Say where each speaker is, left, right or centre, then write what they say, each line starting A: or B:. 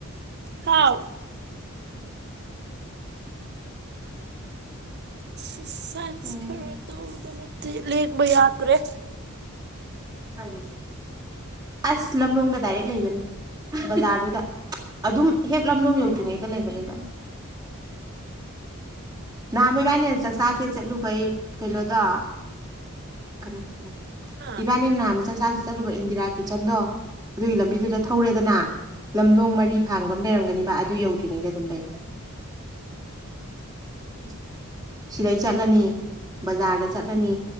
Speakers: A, on the right; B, on the right.
A: ꯍꯥꯎ ꯑꯦꯛꯁꯔꯁꯥꯏꯁ
B: ꯎꯝ
A: ꯈꯔ ꯇꯧꯔꯨꯕ ꯅꯠꯇꯦ ꯂꯦꯡꯕ ꯌꯥꯗ꯭ꯔꯦ
B: ꯐꯔꯦ ꯑꯁ ꯂꯝꯂꯣꯡꯗ ꯗꯥꯏꯔꯦꯛ ꯂꯩꯕꯅꯦ ꯕꯖꯥꯔꯗꯨꯗ ꯑꯗꯨꯝ ꯍꯦꯛ ꯂꯝꯂꯣꯡ ꯌꯧꯗ꯭ꯔꯤꯉꯩꯗ ꯂꯩꯕꯅꯦ ꯅꯍꯥꯟꯃꯨꯛ ꯏꯕꯥꯟꯅꯤꯅꯥ ꯆꯥꯛꯆꯥꯖꯦ ꯆꯠꯂꯨꯕꯩ ꯀꯩꯅꯣꯗꯣ <unintelligible>
A: ꯍꯥ
B: ꯏꯕꯥꯟꯅꯤ ꯅꯍꯟꯃꯨꯛ ꯆꯥꯛ ꯆꯥꯖꯦ ꯆꯠꯂꯨꯕ ꯏꯟꯗꯤꯔꯥ ꯀꯤꯠꯆꯟꯗꯣ ꯑꯗꯨꯒꯤ ꯂꯝꯕꯤꯗꯨꯗ ꯊꯧꯔꯦꯗꯅ ꯂꯝꯂꯣꯡ ꯃꯔꯤ ꯐꯥꯡꯕ ꯑꯝ ꯂꯩꯔꯝꯒꯅꯤꯕ ꯑꯗꯨ ꯌꯧꯗ꯭ꯔꯤꯉꯩꯗ ꯑꯗꯨꯝ ꯂꯩꯔꯦ <unintelligible> ꯁꯤꯗꯩ ꯆꯠꯂꯅꯤ ꯕꯖꯥꯔꯗ ꯆꯠꯂꯅꯤ